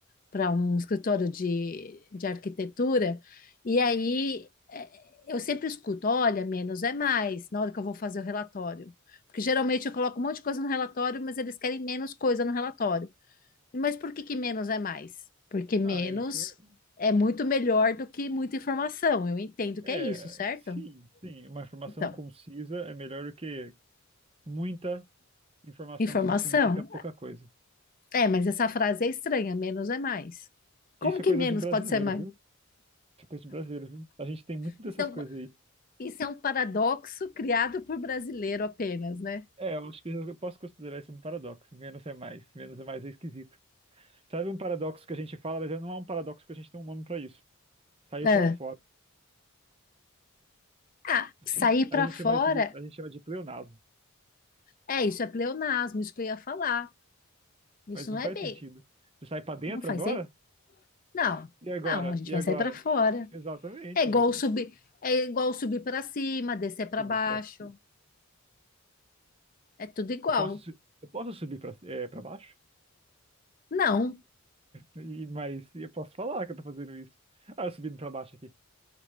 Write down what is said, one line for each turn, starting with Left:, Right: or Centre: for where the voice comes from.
Left: para um escritório de, de arquitetura, e aí é, eu sempre escuto, olha, menos é mais, na hora que eu vou fazer o relatório. Porque geralmente eu coloco um monte de coisa no relatório, mas eles querem menos coisa no relatório. Mas por que que menos é mais? Porque menos
Right: Ah, isso.
Left: é muito melhor do que muita informação. Eu entendo que
Right: É,
Left: é isso, certo?
Right: é, sim, sim. Uma informação
Left: Então,
Right: concisa é melhor do que muita informação
Left: informação.
Right: que não significa pouca coisa.
Left: É, mas essa frase é estranha. Menos é mais. Como
Right: Isso
Left: que
Right: é coisa
Left: menos
Right: de brasileiro,
Left: pode ser mais?
Right: viu? Isso é coisa de brasileiro, viu? A gente tem muito dessas
Left: Isso é um,
Right: coisas aí.
Left: isso é um paradoxo criado por brasileiro apenas, né?
Right: É, eu acho que eu posso considerar isso um paradoxo. Menos é mais. Menos é mais é esquisito. Sabe um paradoxo que a gente fala, mas não é um paradoxo porque a gente tem um nome pra isso. Saiu
Left: É.
Right: pra fora.
Left: Ah,
Right: <laughs>
Left: sair para
Right: A gente
Left: fora,
Right: chama isso de, a gente chama de pleonasmo.
Left: é isso, é pleonasmo, isso que eu ia falar. Isso
Right: Mas não
Left: não é
Right: faz
Left: bem.
Right: sentido. Você sai pra dentro
Left: Não faz
Right: agora?
Left: sentido. Não,
Right: E agora?
Left: não, a gente
Right: E
Left: vai
Right: agora?
Left: sair para fora.
Right: Exatamente,
Left: É igual
Right: mas
Left: subir, é igual subir para cima, descer para
Right: eu
Left: baixo,
Right: vim pra- eu
Left: é tudo igual.
Right: posso, su- eu posso subir pra, é, pra baixo?
Left: Não,
Right: E, mas eu posso falar que eu tô fazendo isso. Ah, eu subindo pra baixo aqui.